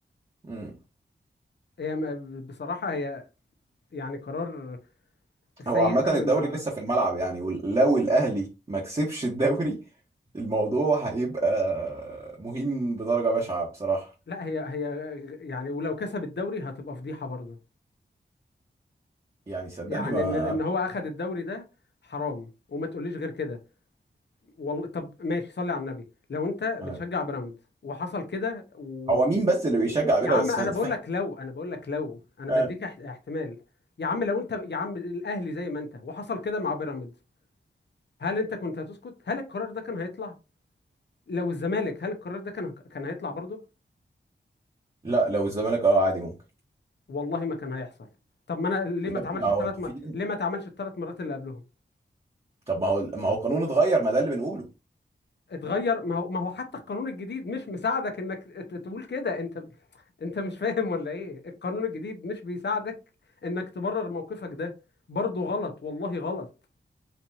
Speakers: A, on the right; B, on the left.
A: امم
B: هي م- بصراحه هي يعني قرار سيء
A: هو عامة
B: قوي
A: الدوري
B: ما
A: لسه في الملعب يعني ولو الاهلي ما كسبش الدوري الموضوع هيبقى مهم بدرجة بشعة بصراحة
B: لا هي هي يعني ولو كسب الدوري هتبقى فضيحه برضه
A: يعني صدقني
B: يعني
A: ما
B: ان ان هو اخد الدوري ده حرام وما تقوليش غير كده والله طب ماشي صلي على النبي لو انت بتشجع
A: انا
B: بيراميدز وحصل كده و...
A: هو مين بس اللي بيشجع
B: يا
A: بيراميدز
B: عم انا
A: بس
B: بقول
A: فاهم
B: لك لو انا بقول لك لو انا
A: آه.
B: بديك اح- احتمال يا عم لو انت يا عم الاهلي زي ما انت وحصل كده مع بيراميدز هل انت كنت هتسكت هل القرار ده كان هيطلع لو الزمالك هل القرار ده كان كان هيطلع برضه
A: لا لو الزمالك اه عادي ممكن
B: والله ما كان هيحصل طب ما انا ليه
A: يا
B: ما اتعملش
A: ابني ما
B: الثلاث
A: هو انتوا
B: م...
A: فين
B: ليه ما اتعملش الثلاث مرات اللي قبلهم
A: طب ما هو ما هو القانون اتغير ما ده اللي بنقوله
B: اتغير ما هو ما هو حتى القانون الجديد مش مساعدك انك ت- تقول كده انت انت مش فاهم ولا ايه القانون الجديد مش بيساعدك انك تبرر موقفك ده برضه غلط والله غلط